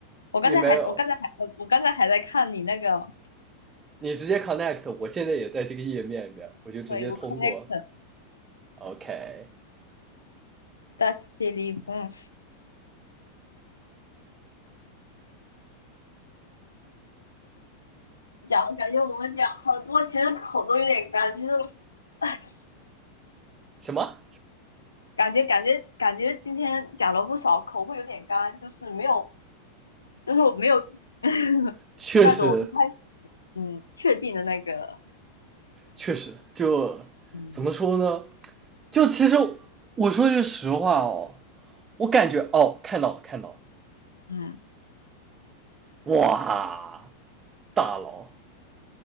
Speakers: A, on the left; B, on the right.
A: 我刚才还，
B: 你没有，
A: 我刚才还，我我刚才还在看你那个
B: 你直接 connect，我现在也在这个页面里面，我就直接通过。
A: 可以，我 connect
B: OK，
A: that's d e l i v e s 讲感觉我们讲好多，其实口都有点干，就是 <laughs>
B: 什么？
A: 感觉感觉感觉今天讲了不少，口会有点干，就是没有，就是我没有 <laughs>
B: 确实，
A: 那种一开始嗯确定的那个。
B: 确实，就
A: 嗯
B: 怎么说呢？就其实我说句实话哦，我感觉哦，看到了，看到了。
A: 嗯，
B: 哇，大佬，